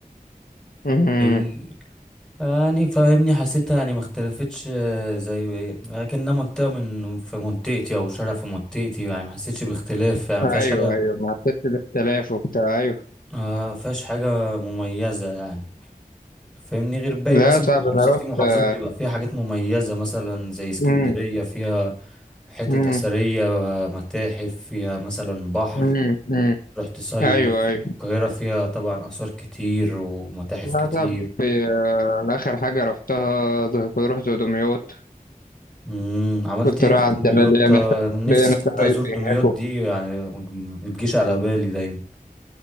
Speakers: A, on the left; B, in the centre.
A: مم،
B: فاهمني يعني فاهمني حسيتها يعني ما اختلفتش آه، زي لكنها منطقه من في منطقتي او شارع في منطقتي يعني ما حسيتش باختلاف يعني ما
A: أيوه
B: فيهاش حاجه
A: أيوه ما حسيتش باختلاف وبتاع أيوه
B: آه فيهاش حاجة مميزة يعني فاهمني غير باقي
A: لا
B: مثلا
A: صعب
B: محافظات
A: أنا رحت
B: في محافظات بيبقى فيها حاجات مميزة مثلا زي اسكندرية
A: مم،
B: فيها حتت
A: مم،
B: أثرية متاحف فيها مثلا بحر
A: مم، مم.
B: تروح تصيف
A: أيوه أيوه
B: القاهرة فيها طبعا آثار كتير ومتاحف
A: لا
B: كتير
A: صعب أنا آخر حاجة رحتها كنت رحت دمياط
B: مم. عملت
A: كنت
B: ايه
A: رايح
B: في دمياط
A: عند شباب ليا ناس
B: آه، نفسي
A: ليا ناس
B: تصدق
A: قرايب
B: أزور دمياط
A: هناك و...
B: دي يعني ما بتجيش على بالي دايما